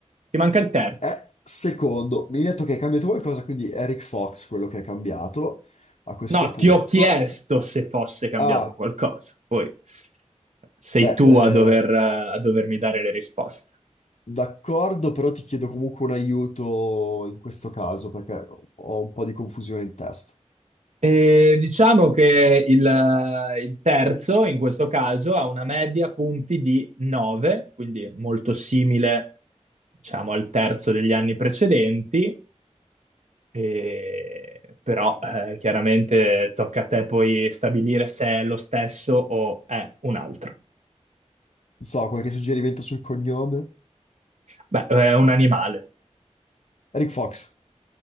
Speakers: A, on the right (about 70°); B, on the left (about 70°).
A: Ti manca il terzo.
B: Eh, secondo, mi hai detto che è cambiato qualcosa, quindi Eric Fox, quello che è cambiato a questo
A: No,
B: punto.
A: ti ho chiesto se fosse cambiato
B: Ah,
A: qualcosa, poi sei
B: beh,
A: tu
B: eh,
A: a dover- a dovermi dare le risposte.
B: d'accordo, però ti chiedo comunque un aiuto in questo caso, perché ho un po' di confusione in testa.
A: E diciamo che il, il terzo, in questo caso, ha una media punti di 9, quindi molto simile, diciamo, al terzo degli anni precedenti, e- però eh, chiaramente tocca a te poi stabilire se è lo stesso o è un altro.
B: Non so, qualche suggerimento sul cognome?
A: Beh, è un animale.
B: Eric Fox.